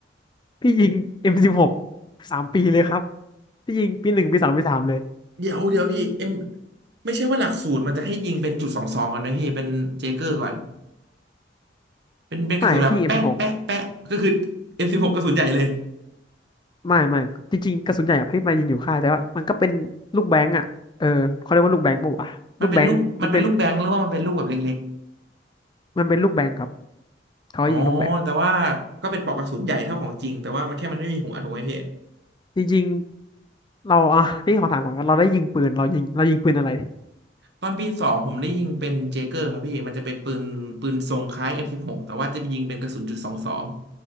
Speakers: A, on the left; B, on the right.
A: พี่ยิง M16 สบหกสามปีเลยครับ พี่ยิงปีหนึ่งปีสองปีสามเลย
B: เดี๋ยวเดี๋ยวพี่เอ็มไม่ใช่ว่าหลักสูตรมันจะให้ยิงเป็นจุดสองสองก่อนนะพี่ เป็นเจเกอร์ก่อนเป็นเป็นกระสุนแบบแปะแปะแปะก็คือเอ็มสิบหกกระสุนใหญ่เลย
A: ไม่พี่ M16 ไม่ไม่จริงๆกระสุนใหญ่อะพี่มายิงอยู่ค่ายแต่ว่ามันก็เป็นลูกแบงก์อ่ะเออเขาเรียกว่าลูกแบงก์ปะวะลูกแบงก์มันเป็น
B: มันเป็นลูกมันเป็นลูกแบงค์หรือว่ามันเป็นลูกแบบเล็ก
A: มันเป็นลูกแบงก์ครับเขาให้ยิงลูกแบงก์
B: อ๋อ แต่ว่าก็เป็นปลอกกระสุนใหญ่เท่าของจริง แต่ว่ามันแค่มันไม่มีหัวถูกไหมพี่
A: จริงๆเราอ่ะนี่ขอถามก่อนว่าเราได้ยิงปืนเรายิงเรายิงปืนอะไร
B: ตอนปีสองผมได้ยิงเป็นเจเกอร์ครับพี่ มันจะเป็นปืนปืนทรงคล้าย M16 แต่ว่าจะไปยิงเป็นกระสุนจุดสองสอง